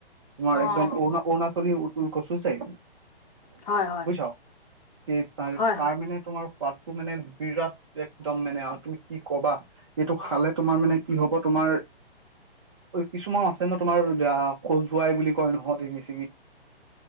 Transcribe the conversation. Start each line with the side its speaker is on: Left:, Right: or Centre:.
Right: তোমাৰ
Left: অ
Right: একদম
Left: অ',
Right: অৰুণা অৰুণাচলী উতুল কচু যে। <unintelligible>
Left: হয় হয়
Right: বুজিছ, সেই ত
Left: হয়
Right: তাৰ
Left: হয়
Right: মানে তোমাৰ সোৱাদটো মানে। বিৰাট একদম মানে আৰু তুমি কি ক'বা। এইটো খালে তোমাৰ মানে কি হ'ব তোমাৰ। কিছুমান আছে ন, তোমাৰ খজুৱাই বুলি কয় নহয় দিঙি - চিগি।